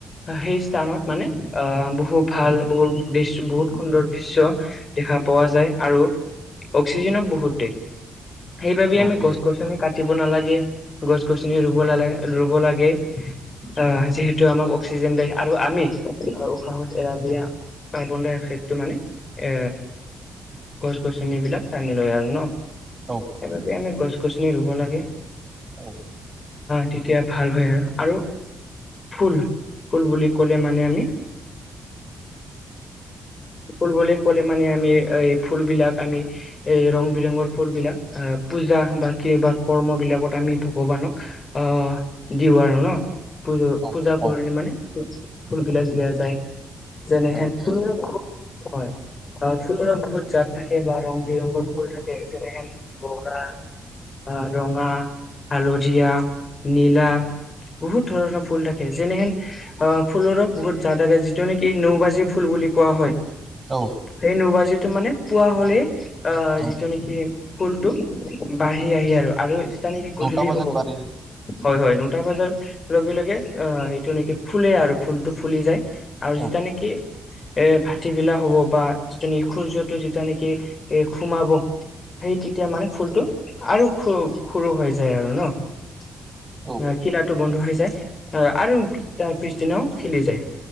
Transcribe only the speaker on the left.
সেই স্থানত মানে আহ বহুত ভাল বহুত দৃশ্য বহুত সুন্দৰ দৃশ্য দেখা। পোৱা যায় আৰু অক্সিজেনো বহুত দিয়ে, সেইবাবে
আমি
গছ গছনি কাটিব। নালাগে। গছ গছনি ৰুব লাগে ৰুব লাগে। আহ যিহেতু আমাক অক্সিজেন দিয়ে আৰু আমি উশাহত এৰা দিয়া কাৰ্বন ডাই অক্সাইডটো মানে এ গছ গছনিবলাক টানি লয় আৰু ন।
সেইবাবে আমি গছ গছনি ৰুব লাগে।
তেতিয়া ভাল হয় আৰু, আৰু ফুল ফুল বুলি ক'লে মানে আমি
ফুল বুলি ক'লে মানে আমি এই ফুলবেলাক আমি এই ৰং বিৰঙৰ ফুল বিলাক আ পূজা বা কিবা কৰ্ম বিলাকত আমি ভগৱানক আহ দিওঁ আৰু ন পূজ
পূজা
কৰিলে মানে ফুলবিলাক দিয়া যায় যেনে
হেন
হয়
অ ফুলবিলাকৰ বহুত জাত থাকে বা ৰং বিৰংগৰ ফুল থাকে যেনেহেন বগা
অহ ৰঙা, হালধীয়া, নীলা বহুত ধৰণৰ ফুল থাকে যেনেহেন অ ফুলত বহুত জাত যিটো নেকি নৌবাজি ফুল বুলি। বুলি কোৱা হয়
সেই নৌবাজিটো মানে পুৱা হলে আহ
যিটো নেকি। ফুলটো বাঢ়ি আহে আৰু আৰু যেতিয়া নেকি গধূলি
হ'ব।
হয় হয় নটা বজাৰ লগে লগে এইটো নেকি ফুলে আৰু ফুলটো ফুলি যায়। আৰু
যেতিয়া নেকি। এহ ভাটিবিলা হব বা যিটো নেকি সূৰ্যটো যেতিয়া নেকি এ সোমাব। সেই তেতিয়া মানে ফুলটো। আৰু খ খুৰু হৈ যায় আৰু ন
খিলাতো বন্ধ হৈ যায় আৰু তাৰ পিছদিনাও খিলি যায়